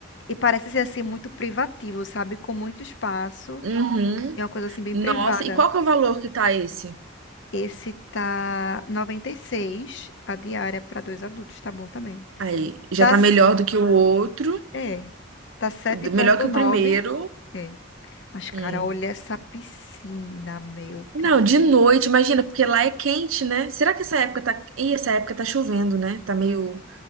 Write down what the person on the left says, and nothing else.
e parece ser assim muito privativo, sabe? Com muito espaço.
É uma coisa assim bem
privada.
Esse tá 96 a diária para dois adultos, tá bom também.
Tá,
Tá. s-
é, tá 7.9.
É. Mas, cara,
olha essa piscina, meu
Deus.